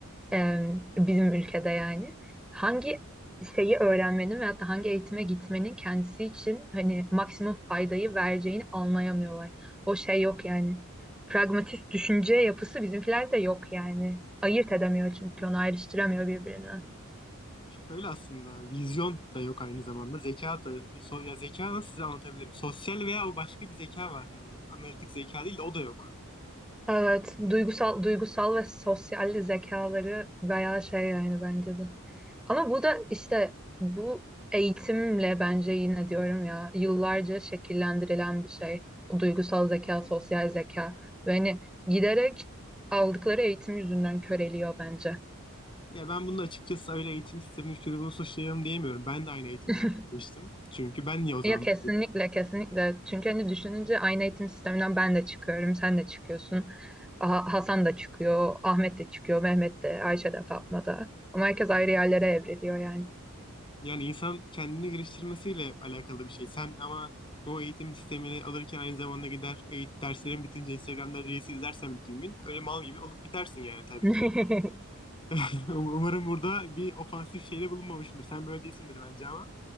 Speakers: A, in the centre; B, on the left.
A: e, bizim ülkede yani hangi şeyi öğrenmenin veyahut da hangi eğitime gitmenin kendisi için hani maksimum faydayı vereceğini anlayamıyorlar. O şey yok yani. Pragmatist düşünce yapısı bizimkilerde yok yani. Ayırt edemiyor çünkü onu ayrıştıramıyor birbirinden.
B: Şöyle aslında vizyon da yok aynı zamanda. Zeka da so, ya zeka nasıl size anlatabilirim? Sosyal veya o başka bir zeka var. Hani analitik zeka değil de o da yok.
A: Evet, duygusal duygusal ve sosyal zekaları bayağı şey yani bence de. Ama bu da işte bu eğitimle bence yine diyorum ya yıllarca şekillendirilen bir şey. O duygusal zeka, sosyal zeka ve hani giderek aldıkları eğitim yüzünden köreliyor bence.
B: Ya ben bunu açıkçası öyle eğitim sisteminin şunu bunu suçlayalım diyemiyorum. Ben de aynı eğitimlerden
A: <laughs>
B: geçtim. Çünkü ben niye o zaman
A: Ya kesinlikle kesinlikle çünkü hani düşününce aynı eğitim sisteminden ben de çıkıyorum sen de çıkıyorsun Ah- Hasan da çıkıyor Ahmet de çıkıyor Mehmet de Ayşe de Fatma da ama herkes ayrı yerlere evriliyor yani.
B: Yani insan kendini geliştirmesiyle alakalı bir şey. Sen ama o eğitim sistemini alırken aynı zamanda gider eğit derslerin bitince Instagram'da Reels izlersen bütün gün öyle mal gibi olup bitersin yani tabii
A: <laughs>
B: ki. <laughs> Umarım burada bir ofansif şeyde bulunmamışımdır. Sen böyle değilsindir bence ama.